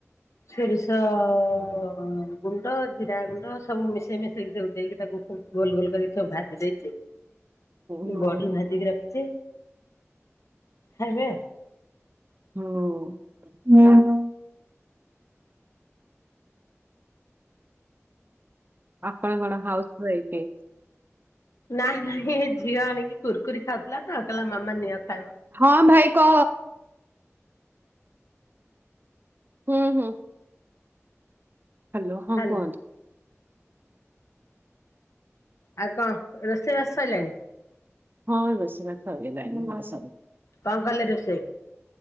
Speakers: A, on the left; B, on the right.
A: ସେ ଗୁଣ୍ଡ ଜିରା ଗୁଣ୍ଡ ସବୁ ମିଶେଇ ମାଶେଇକି ଦେଇକି ତାକୁବ ଗୋଲ ଗୋଲ ଯୋଡିକ ଭାଜି ଦେଇଛି
B: ହୁଁ ହୁଁ
A: ବଢ଼ି ଭାଜିକି ରଖିଛି। ହେବେ।
B: ହୁଁ ଉଁ ହୁଁ। ଆପଣ କଣ ହାଉସୱାଇଫ?
A: ନାଇଁ ନାଇଁ ଏ ଝିଅ ଆଣିକି କୁୁରକୁୁରି ଖାଉଥେଲା ଖାଉଥେଲା ମାମା ନିଅ ଖାଇବ।
B: ହଁ ଭାଇ କହ ହୁଁ ହୁଁ? ହ୍ୟାଲୋ ହଁ
A: ହାଲୋ
B: କୁହନ୍ତୁ?
A: ଆଉ କଣ ରୋଷେଇବାସ ସଇଲାଣି?
B: ହଁ ରୋଷେଇ ବାସ ସରିଗଲାଣି <inaudible>
A: କଣ କଲେ ରୋଷେଇ?